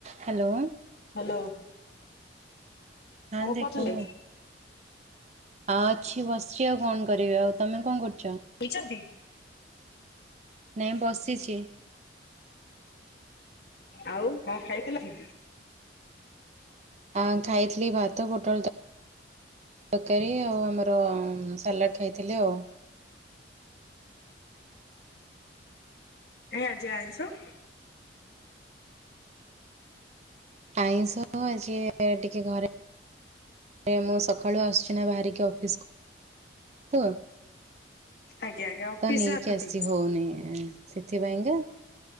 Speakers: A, on the right; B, on the left.
A: Hello.
B: Hello.
A: ହଁ ଦେଖୁ
B: କରୁଥିଲେ?
A: ଆଉ ଅଛି ବସିଛି ଆଉ କଣ କରିବି ଆଉ ତମେ କଣ କରୁ
B: ହେଇଛନ୍ତି
A: ନାଇଁ ବସିଚି।
B: ଆଉ କଁ ଖାଇଥିଲ କି।
A: ହଁ ଖାଇଥିଲି ଭାତ, ଫୋଟଳ ତ୍। ତକାରୀ ଆଉ ଆମର ସାଲାଡ଼ ଖାଇଥିଲି ଆଉ।
B: ଏଇ ଆଜି ଆଇଁଷ।
A: ଆଇଁଷ ଆଜି ଏ ଟିକେ ଘରେ। ମୁଁ ସକାଳୁ ଆସୁଚି ନା ବାହାରିକି ଅଫିସ୍ କୁ। ତ
B: ଆଜ୍ଞା ଆଜ୍ଞା ଅଫିସ
A: ତ ନେଇକି
B: ଯାଆନ୍ତି
A: ଆସି ହଉନି ସେଥିପାଇଁକା